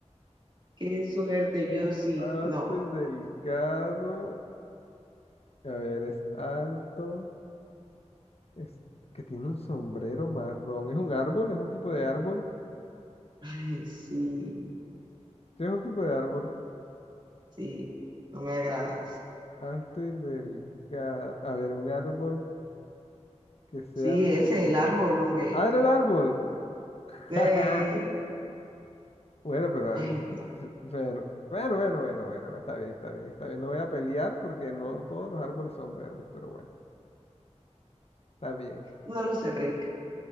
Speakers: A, on the right (about 40°); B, on the left (about 55°).
A: Qué suerte, yo sí,
B: Alto
A: no.
B: y delgado. A ver, es alto. Es que tiene un sombrero marrón. ¿Es un árbol? ¿Es un
A: <laughs>
B: tipo de
A: no.
B: árbol?
A: Ay, sí,
B: ¿Qué es un tipo de árbol?
A: sí, no me agradas.
B: Alto y delgado. A ver, un árbol que
A: Sí,
B: sea verde.
A: ese, es el árbol, hombre.
B: ¡Ah, era el árbol! <laughs>
A: Sí.
B: Bueno, pero
A: Ay,
B: yo-
A: no,
B: bueno, bueno, bueno, bueno, bueno, está bien, está bien, está bien. No voy a pelear porque no todos los árboles son verdes, pero bueno, está bien.
A: no lo sé, Rick.